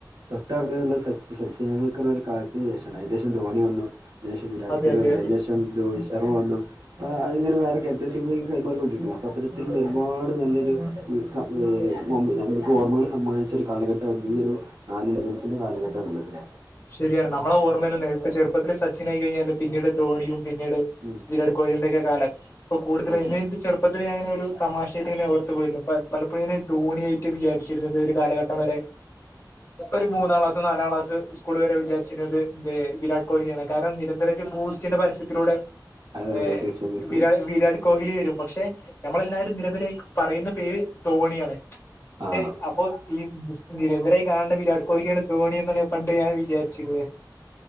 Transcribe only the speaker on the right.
തൊട്ടർഞ്ഞു വന്ന സച്ചി സച്ചിൻ ടെൻഡുൽക്കർ ഒരു കാലത്തിന് ശേഷാണ് അയ്ന്റെ ശേഷം ധോണി വന്നു അയ്ന്റെ വിരാട്
കോഹ് ലി
വന്നു അയ്ന് ശേഷം ഡോയിസ് ചെർ വന്നു അപ്പ അങ്ങനെ വന്നു അപ്പത് അത്ങ്ങനെ കൈമാറിക്കൊണ്ടിക്കുന്നു അപ്പോൾ അത്തരത്തിലുള്ളൊരു ഒരുപാട് നല്ലൊരു ഇ -സ-എ നമുക്ക് ഓർമ്മകൾ സമ്മാനിച്ച ഒരു കാലഘട്ട ഈ ഒരു നാല് ലെജൻസിന്റെ കാലഘട്ട ന്ന്ള്ളതില്ലേ
ഉം
അതെ
അതെ
അതെ തീർച്ചയായും തീർച്ചയായും
ആഹ്